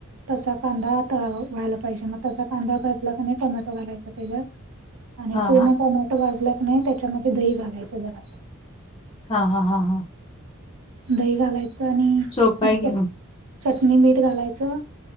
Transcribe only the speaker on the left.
हां,
हां.
हा हा हा हा
सोपं आहे की मग.